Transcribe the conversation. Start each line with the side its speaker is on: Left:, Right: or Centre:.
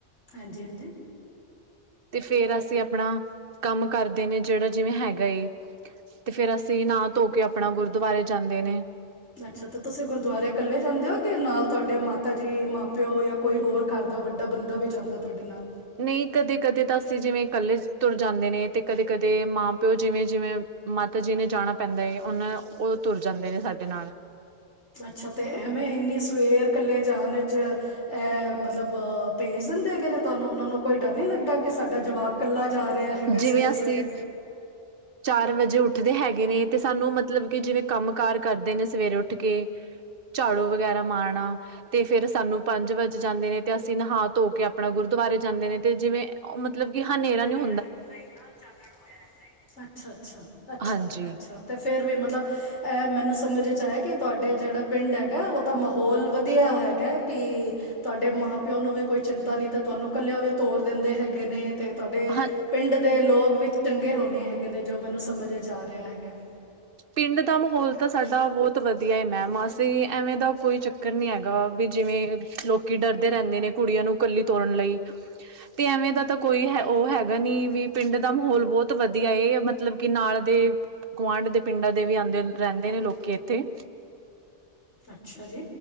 Left: ਹਾਂਜੀ-ਹਾਂਜੀ
Right: ਤੇ ਫੇਰ ਅਸੀਂ ਆਪਣਾ ਕੰਮ ਕਰਦੇ ਨੇ ਜੇੜਾ ਜਿਵੇਂ ਹੈਗਾ ਏ ਤੇ ਫੇਰ ਅਸੀਂ ਨਾ ਧੋ ਕੇ ਆਪਣਾ ਗੁਰਦੁਆਰੇ ਜਾਂਦੇ ਨੇ
Left: ਅੱਛਾ ਤੇ ਤੁਸੀਂ ਗੁਰਦੁਆਰੇ ਕੱਲੇ ਜਾਂਦੇ ਓ ਕਿ ਨਾਲ ਤੁਹਾਡੇ ਮਾਤਾ ਜੀ ਮਾਂ ਪਿਓ ਜਾਂ ਕੋਈ ਹੋਰ ਘਰ ਦਾ ਵੱਡਾ ਬੰਦਾ ਵੀ ਜਾਂਦਾ ਤੁਹਾਡੇ ਨਾਲ
Right: ਨਈ ਕਦੇ-ਕਦੇ ਤਾਂ ਅਸੀਂ ਜਿਵੇਂ ਇਕੱਲੇ ਤੁਰ ਜਾਂਦੇ ਨੇ ਤੇ ਕਦੇ-ਕਦੇ ਮਾਂ ਪਿਓ ਜਿਵੇਂ-ਜਿਵੇਂ ਮਾਤਾ ਜੀ ਨੇ ਜਾਣਾ ਪੈਂਦਾ ਏ ਓਨਾਂ ਓ ਤੁਰ ਜਾਂਦੇ ਨੇ ਸਾਡੇ ਨਾਲ
Left: ਅੱਛਾ ਤੇ ਐਵੇਂ ਇੰਨੀ ਸਵੇਰ ਇਕੱਲੇ ਜਾਣ ਵਿੱਚ ਐ ਮਤਲਬ ਭੇਜ ਦਿੰਦੇ ਗੇ ਨੇ ਤੋਨੂੰ ਓਨਾਂ ਨੂੰ ਕੋਈ ਡਰ ਨੀ ਲੱਗਦਾ ਕਿ ਸਾਡਾ ਜਵਾਕ ਜਾ ਰਿਹਾ ਹੈਗਾ
Right: ਜਿਵੇਂ
Left: ਸਵੇਰੇ
Right: ਅਸੀਂ,
Left: ਸਵੇਰੇ
Right: ਚਾਰ ਵਜੇ ਉੱਠਦੇ ਹੈਗੇ ਨੇ ਤੇ ਸਾਨੂੰ ਮਤਲਬ ਕਿ ਜਿਵੇਂ ਕੰਮ ਕਾਰ ਕਰਦੇ ਨੇ ਸਵੇਰੇ ਉੱਠ ਕੇ ਝਾੜੂ ਵਗੈਰਾ ਮਾਰਨਾ। ਤੇ ਫੇਰ ਸਾਨੂੰ ਪੰਜ ਵਜ ਜਾਂਦੇ ਨੇ, ਤੇ ਅਸੀਂ ਨਹਾ ਧੋ ਕੇ ਅਪਣਾ ਗੁਰਦੁਆਰੇ ਜਾਂਦੇ ਨੇ, ਤੇ ਜਿਵੇਂ ਔ ਮਤਲਬ ਕਿ ਹਨੇਰਾ ਨੀ ਹੋ
Left: ਨੇਰਾ ਤੇ ਹੁੰਦਾ ਇਨਾਂ ਚਾਨਣ ਹੋਯਾ ਲੈਂਦਾ ਏ। ਅਛਾ ਅਛਾ ਅਛਾ
Right: ਹਾਂਜੀ
Left: ਅੱਛਾ ਤੇ ਫੇਰ ਵੀ ਮਤਲਬ ਐ ਮੈਨੂੰ ਸਮਝ ਇੱਚ ਆਇਆ ਕਿ ਤੁਹਾਡੇ ਜੇੜਾ ਪਿੰਡ ਹੈਗੈ ਔਦਾ ਮਹੌਲ ਵਧੀ ਵਧੀਆ ਹੈਗੈ, ਕਿ ਤੁਹਾਡੇ ਮਾਂ ਪਿਓ ਨੂੰ ਵੀ ਕੋਈ ਚਿੰਤਾ ਨੀ ਤੇ ਤੁਵਾਨੂੰ ਕੱਲਿਆ ਵੀ ਤੋਰ ਦਿੰਦੇ ਹੈਗੇ ਨੇ, ਤੇ ਤੁਹਾਡੇ
Right: ਹਾਂ
Left: ਪਿੰਡ ਦੇ ਲੋਗ ਵਿੱ ਚੰਗੇ ਹੋਣੇ ਹੈਗੇ ਨੇ। ਜੋ ਮੈਨੂੰ ਸਮਝ ਏਚ ਆ ਰਿਆ ਹੈਗੈ।
Right: ਪਿੰਡ ਦਾ ਮਹੌਲ ਤਾਂ ਸਾਡਾ ਬੌਤ ਵਧੀਆ ਏ ਮੈਮ। ਆਸ ਤੇ ਐਵੇਂ ਦਾ ਕੋਈ ਚੱਕਰ ਨੀ ਹੈਗਾ ਬੀ ਜਿਵੇਂ ਲੋਕ ਕੀ ਡਰਦੇ ਰੈੰਦੇ ਨੇ ਕੁੜੀਆਂ ਨੂੰ ਕੱਲੀ ਤੋਰਨ ਲਈ, ਤੇ ਐਵੇਂ ਦਾ ਤਾਂ ਕੋਈ ਹੈ ਔ ਹੈਗਾ ਨੀ ਵੀ ਪਿੰਡ ਦਾ ਮਹੌਲ ਬੌਤ ਵਧੀਆ ਏ। ਮਤਲਬ ਕਿ ਨਾਲ ਦੇ ਗੁਆਂਢ ਦੇ ਪਿੰਡਾਂ ਦੇ ਵੀ ਆੰਦੇ ਰੈੰਦੇ ਨੇ ਲੋਕੀ ਐੱਥੇ।
Left: ਅੱਛਾ ਜੀ